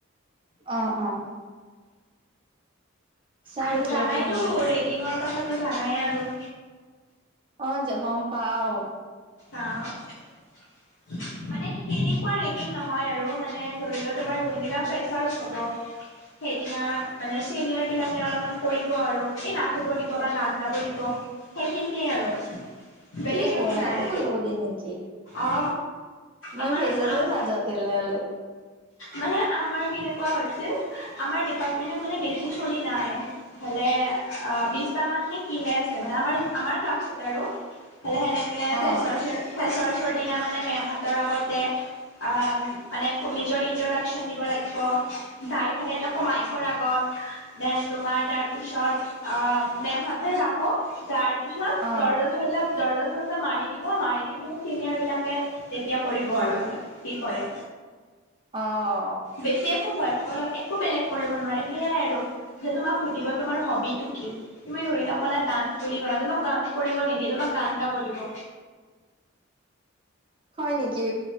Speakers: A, on the right; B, on the left.
A: অঁ অঁ চাও
B: আৰু
A: এতিয়া
B: জানাইতটো
A: কি হয়
B: ৰেগিঙৰ কথাতটো জানাই আৰু।
A: অঁ যে গম পাওঁ।
B: অঁ মানে সেনেকুৱা ৰেগিং নহয় আৰু, মানে ধৰি লোৱা তোমাৰ যোনদিনা ফ্ৰেছাৰ্ছ হ'ব। সেইদিনা মানে চিনিয়ৰ বিলাকে অলপমান কৰিব আৰু এই নাচিব দিব বা গান গাব দিব। সেইখিনতেয়ে আৰু,
A: কি
B: বেলেগ
A: কোৱা
B: একো
A: এনেকে
B: নাই।
A: কৰিব দিয়ে নেকি?
B: অ আমাৰ
A: মই ফ্ৰেছাৰ্ছ নাযাওঁ তেনেহলে।
B: মানে আমাৰ কেনেকুৱা হৈছিল, আমাৰ ডিপাৰ্টমেণ্ট মানে বেছি ছোৱালি নাই। হলে অঁ বিশটা মান নি কিহে আছে মানে আমাৰ আমাৰ ক্লাছত। আৰু হলে সেনেকে ফেশ্বন
A: অ',
B: চ ফ্ৰেছাৰ্ছৰ দিনা মানে মেম হঁতৰ আগতে অঁ মানে প নিজৰ ইন্ট্ৰডাকচন দিব লাগিব, যাই ফালে তাকো মায়কৰ আগত। দেন তোমাৰ তাৰ পিছত অঁ মেমহ হতে যাব তাৰ। পিছত
A: অ',
B: দৰ্জা চৰ্জা চৰ্জা মাৰি দিব, মাৰি দি কিনে মানে চিনিয়ৰ বিলাকে তেতিয়া কৰিব আৰু মানে কি কৰে?
A: অঁ
B: বেছি একো ভয় খাব লাগে একো বেলেগ কৰিব নোৱাৰে সেইয়াই আৰু। যে তোমাক সুধিব তোমাৰ হবিটো কি? তুমি ধৰি লওক ক'লে ডান্স বুলি ক'লা তোমাক ডান্স কৰিব নিদিয়ে তোমাক গান গাব দিব।
A: হয় নেকি?